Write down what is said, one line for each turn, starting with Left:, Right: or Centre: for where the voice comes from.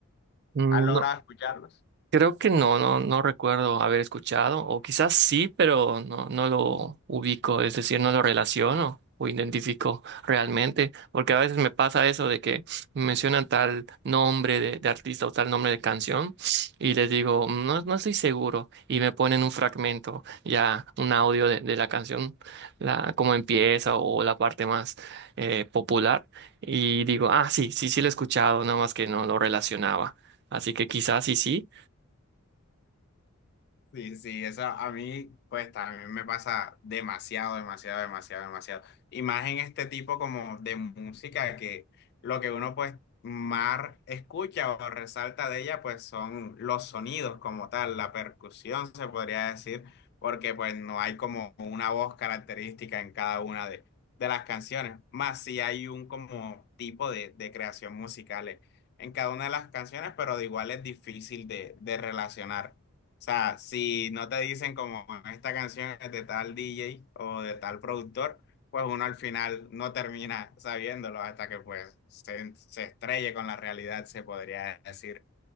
Right: No,
Left: ¿Has logrado escucharlos?
Right: Creo que no, no, no recuerdo haber escuchado, o quizás sí, pero no, no lo ubico, es decir, no lo relaciono o identifico realmente, porque a veces me pasa eso de que me mencionan tal nombre de, de artista o tal nombre de canción y les digo, no, no estoy seguro, y me ponen un fragmento, ya un audio de, de la canción, la, cómo empieza o la parte más eh, popular, y digo, ah, sí, sí, sí lo he escuchado, nada más que no lo relacionaba. Así que quizás sí, sí.
Left: Sí, sí, eso a mí, pues también me pasa demasiado, demasiado, demasiado, demasiado. Y más en este tipo como de música que lo que uno pues más escucha o resalta de ella pues son los sonidos como tal, la percusión se podría decir, porque pues no hay como una voz característica en cada una de, de las canciones, más si hay un como tipo de, de creación musical en cada una de las canciones, pero de igual es difícil de, de relacionar. O sea, si no te dicen como esta canción es de tal DJ o de tal productor, pues uno al final no termina sabiéndolo hasta que pues se, se estrelle con la realidad, se podría decir.